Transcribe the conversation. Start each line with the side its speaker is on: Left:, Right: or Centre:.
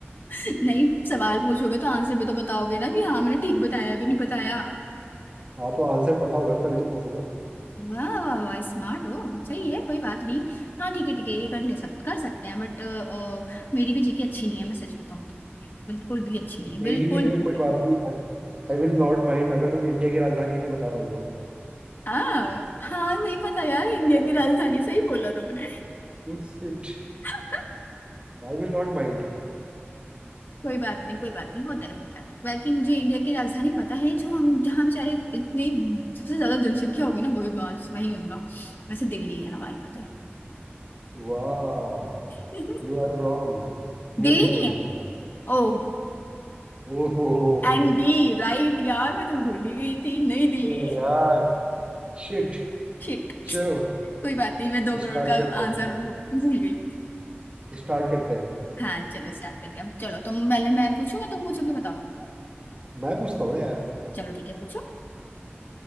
Left: <laughs> नहीं सवाल पूछोगे तो आंसर भी तो बताओगे ना कि हाँ मैंने ठीक बताया भी नहीं बताया
Right: हाँ तो आंसर पता होगा ना तभी तो पूछूंगा
Left: वाह वाह वाह स्मार्ट हो सही है कोई बात नहीं हाँ ठीक है ठीक है ये कर ले सब कर सकते हैं बट मेरी भी जीके अच्छी नहीं है मैं सच बताऊं तो बिल्कुल भी अच्छी नहीं
Right: मेरी
Left: बिल्कुल
Right: भी नहीं है
Left: भी
Right: कोई बात नहीं आई विल नॉट माइंड अगर तुम इंडिया की राजधानी नहीं बता पाई तो
Left: हाँ हाँ नहीं पता यार इंडिया की राजधानी सही बोला तुमने
Right: Shit
Left: <laughs>
Right: I will not mind
Left: कोई बात नहीं कोई बात नहीं होता है होता है बाकी मुझे इंडिया की राजधानी पता है जो हम जहाँ बेचारे इतने सबसे ज्यादा जनसंख्या होगी ना वही बस वही होगा वैसे दिल्ली है हमारी पता है
Right: वाह
Left: <laughs>
Right: You are wrong New
Left: दिल्ली
Right: Delhi
Left: नहीं है ओ
Right: ओहो
Left: एनडी राइट यार मैं तो भूल ही गई थी नई दिल्ली
Right: अरे यार शिट
Left: शिट
Right: चलो
Left: कोई बात नहीं मैं दो करोड़
Right: स्टार्ट
Left: का
Right: करते
Left: आंसर
Right: हैं
Left: भूल गई
Right: स्टार्ट करते हैं
Left: हाँ चलो स्टार्ट करते हैं चलो तुम पहले मैं पूछूंगा तुम पूछोगे बताओ
Right: मैं पूछता हूँ ना यार
Left: चलो ठीक है पूछो